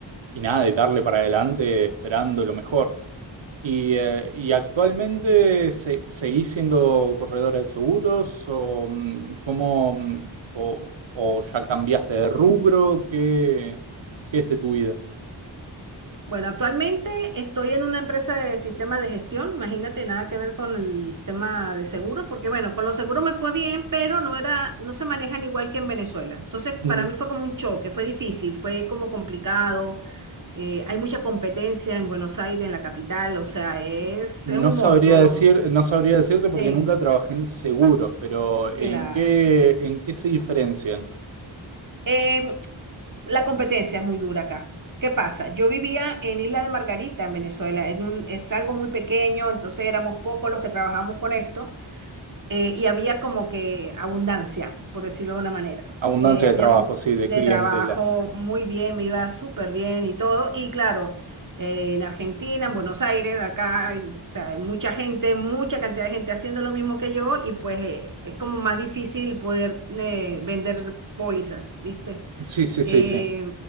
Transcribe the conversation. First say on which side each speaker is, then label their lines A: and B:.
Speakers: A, on the right; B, on the right.
A: y nada, y darle para adelante esperando lo mejor. ¿Y, eh, y actualmente se- seguís siendo corredora de seguros o, mm, cómo, mm, o, o ya cambiaste de rubro? ¿Qué, qué es de tu vida?
B: Bueno, actualmente estoy en una empresa de sistemas de gestión, imagínate, nada que ver con el tema de seguros, porque bueno, con los seguros me fue bien, pero no era, no se manejan igual que en Venezuela. Entonces,
A: N-
B: para mí fue como un choque, fue difícil, fue como complicado. eh, hay mucha competencia en Buenos Aires, en la capital, o sea, es,
A: No
B: es un
A: sabría
B: monstruo, ¿no?
A: decir, no sabría decirte porque
B: Sí,
A: nunca trabajé en seguros, pero ¿en
B: claro.
A: qué, en qué se diferencian?
B: Em, La competencia es muy dura acá. ¿Qué pasa? Yo vivía en Isla de Margarita, en Venezuela. En un, es algo muy pequeño, entonces éramos pocos los que trabajamos con esto eh, y había como que abundancia, por decirlo de una manera.
A: Abundancia
B: Eh, había
A: de trabajo,
B: mu-
A: sí, de
B: de
A: clientela.
B: trabajo muy bien, me iba súper bien y todo. Y claro, eh, en Argentina, en Buenos Aires, acá hay, o sea, hay mucha gente, mucha cantidad de gente haciendo lo mismo que yo y pues eh, es como más difícil poder eh, vender pólizas, ¿viste?
A: Sí, sí,
B: Eh,
A: sí, sí.